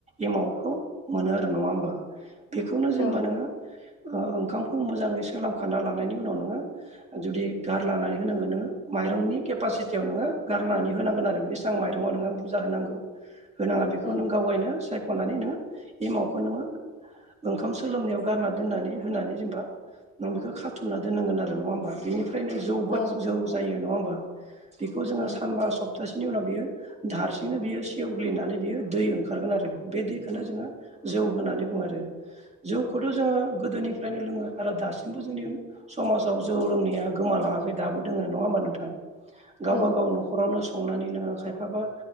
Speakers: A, on the right; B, on the left.
A: एमावखौ मोनो आरो नङा होमबा? बेखौनो
B: औ
A: जेनेबा नोङो ओ ओंखामखौ मोजाङै सोलामखाना लानायनि उनाव नों जुदि गारलानानै होनांगोन नोङो माइरंनि केपासिटियाव नोङो गारनानै होनांगोन आरो। बेसां माइरङाव नोङो बुरजा होनांगौ होनाङा बेखौ
B: औ
A: नों गाव गायनो सायख'नानै नोङो एमावखौ नोङो ओंखाम सोलोमनायाव गारना दोननानै होनानै जेनेबा नों बेखौ खाथुमना दोननांगोन आरो। नङा होमबा? बेनिफ्रायनो जौ बा
B: औ
A: जौ जायो नङा होमबा? बेखौ जोङो
B: औ
A: सानबा सप तासेनि उनाव बियो हारसिंनो बियो सेवग्लिनानै बियो दै ओंखारगोन आरो बे दैखोनो जोङो जौ होननानै बुङो आरो। जौखौथ' जोङो गोदोनिफ्रायनो लोङो आरो दासिमबो जोंनि समाज औ जौ लोंनाया गोमालाङाखै दाबो दोङो। नङा होमबा नोंथां? गावबा
B: औ
A: गाव न'खरावनो संनानै लोङो खायफाबा